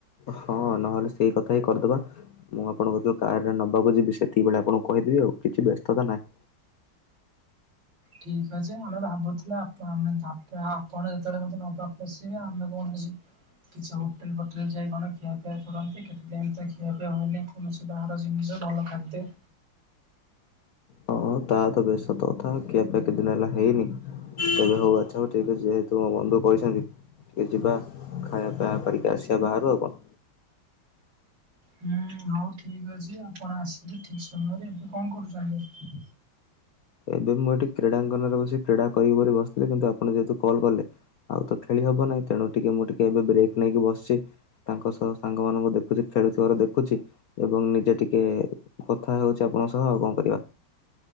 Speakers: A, on the left; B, on the right.
A: ହଁ ନହେଲେ ସେଇ କଥା ହିଁ କରିଦବା। ମୁଁ ଆପଣଙ୍କୁ ଯେତେବେଳେ କାର ରେ ନେବାକୁ ଯିବି ସେତିକିବଳେ ଆପଣଙ୍କୁ କହିଦେବି ଆଉ କିଛି ବ୍ୟସ୍ତତା ନାହିଁ।
B: ଠିକ ଅଛି ଆମେ ଭାବୁଥିଲୁ ଆମେ ଆପ ଆପଣ ଯେତେବେଳେ ମତେ ନେବାକୁ ଆସିବେ ଆମେ କୌଣସି କିଛି ହୋଟେଲ ଫୋଟେଲ୍ ଯାଇଏ କଣ ଖିଆପିଆ କରନ୍ତି କେତେଦିନ ତ ଖିଆପିଆ ହୁଏନି। କୌଣସି ବାହାର ଜିନିଷ ଭଲ ଖାଦ୍ୟ
A: ହଁ ତା ତ ବି ସତ କଥା କିଏବେ କେତେ ଦିନ ହେଲା ହେଇନି। ତବେ ହଉ ଆଚ୍ଛା ହଉ ଠିକ ଅଛି ଯେହେତୁ ମୋ ବନ୍ଧୁ କହିଛନ୍ତି ଟି ଯିବା ଖାଇବା ପିଆ କରିକି ଆସିବା ବାହାରୁ ଆଉ କଣ।
B: ହୁଁ ହଉ ଠିକ୍ ଅଛି ଆପଣ ଆସିବେ ଠିକ୍ ସମୟରେ ଏବେ କଣ କରୁଚନ୍ତି।
A: ଏବେ ମୁଁ ଏଠି କ୍ରୀଡ଼ାଙ୍କନରେ ବସି କ୍ରୀଡ଼ା କରିବ ବୋଲି ବସିଥିଲି କିନ୍ତୁ ଆପଣ ଯେହେତୁ କଲ୍ କଲେ ଆଉ ତ ଖେଳି ହବ ନାହିଁ ତେଣୁ ଟିକେ ମୁଁ ଟିକେ ଏବେ ବ୍ରେକ୍ ନେଇକି ବସିଛି। ତାଙ୍କ ସହ ସାଙ୍ଗମାନଙ୍କୁ ମୁଁ ଦେଖୁଛି ଖେଳୁଥିବାର ଦେଖୁଛି। ଏବଂ ନିଜେ ଟିକେ କଥା ହଉଛି ଆପଣଙ୍କ ସହ ଆଉ କଣ କରିବା।